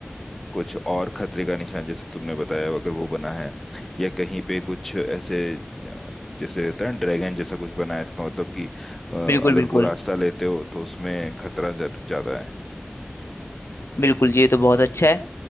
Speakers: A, in the centre; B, on the left (about 80°).
A: कुछ और खतरे का निशान जैसे तुमने बताया अगर वो बना है या कहीं पे कुछ ऐसे अ, जैसे होता है ना ड्रैगन जैसा कुछ बना है इसका मतलब कि अ,
B: बिल्कुल
A: अगर
B: बिल्कुल
A: वो रास्ता लेते हो तो उसमें खतरा ज्यादा है
B: बिल्कुल ये तो बहुत अच्छा है